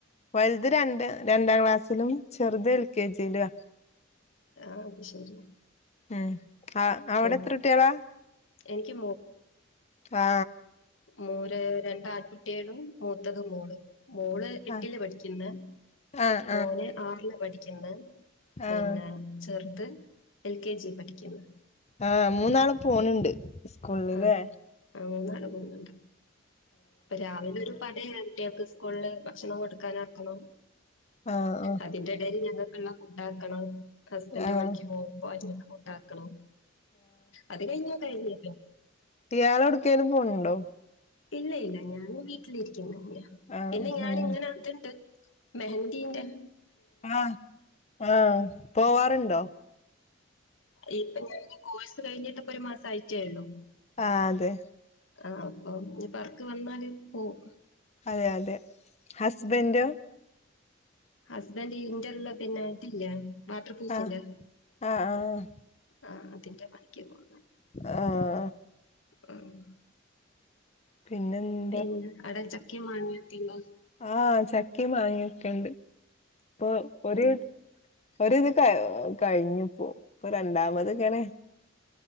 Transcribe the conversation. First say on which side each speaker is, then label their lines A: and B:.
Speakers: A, on the left (about 35°); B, on the left (about 80°).
A: വലുത് രണ്ട് രണ്ടാം ക്ലാസ്സിലും ചെറുത് എൽ കെ ജിയിലുആ
B: ആ അത് ശരി.
A: ഉം ആ അവിടെ
B: ഓ
A: എത്ര കുട്ടികളാ
B: എനിക്ക്
A: ആ
B: മൂര രണ്ട് ആൽകുട്ടികളും മൂത്തത് മോള് മോള്. എട്ടില്
A: ആഹ്
B: പഠിക്ക്ന്ന്
A: ആഹ്
B: മോന് ആറില് പഠിക്ക്ണ്ട് പിന്നെ
A: ആഹ്
B: ചെർത് എൽ കെ ജി പഠിക്കുന്നു.
A: ആഹ് മൂന്നാള് പോണുണ്ട് സ്കൂളിലേ.
B: ആ ആ മൂന്നാള് പോകുന്നുണ്ട് ഇപ്പൊ രാവിലെ ഒരു പടയ കുട്ടിയേക്ക് സ്കൂളില് ഭക്ഷണം കൊടുക്കാനാക്കണം.
A: ആഹ് ആഹ്
B: അതിന്റെ എടല് ഞങ്ങക്കുള്ള ഫുഡാക്കണം. ഹസ്ബന്റ്
A: ആഹ്
B: വർക്കി പോകുമ്പോ അവർക്ക് ഫുഡാക്കണം അത് കഴിഞ്ഞ കഴിഞ്.
A: ഇയാളോട്കേലും പോണ് ണ്ടോ?
B: ഇല്ലയില്ല ഞാൻ വീട്ടിലിരിക്കും
A: ആഹ്
B: പിന്നെ ഞാനിങ്ങനെ
A: ഉം
B: അതിണ്ട്. മെഹൻന്ദിയിടാൻ
A: ആഹ് ആഹ് പോവാറുണ്ടോ
B: ഇപ്പൊ ഞാൻ കോഴ്സ് കഴിഞ്ഞിട്ട് ഇപ്പൊ ഒരു മാസം ആയിട്ടേയുള്ളൂ
A: ആഹ് അതെ
B: ആഹ് അപ്പൊ ഈ വർക്ക് വന്നാല് പോവു
A: അതെ അതെ ഹസ്ബൻഡോ
B: ഹസ്ബൻഡ് ഈ ഇന്റർലേ പിന്നെ ഇതില്ലേ വാട്ടർ പ്രൂഫിന്റെ
A: ആഹ് ആഹ് ആഹ്
B: ആഹ് അഹ് അതിന്റെ പണിക്കാ പോന്നെ
A: ആഹ്
B: ഉംഹ്
A: പിന്നെന്ത്
B: പിന്നെ അട ചക്കയെ മാങ്ങ ഒക്കെയുണ്ടോ
A: ആഹ് ചക്കയെ മാങ്ങയൊക്കെയുണ്ട് ഇപ്പൊ ഒരെ
B: ആ
A: ഒര് ഇത് കഴി കഴിഞ്ഞിപ്പോ രണ്ടാമത് ഇങ്ങനെ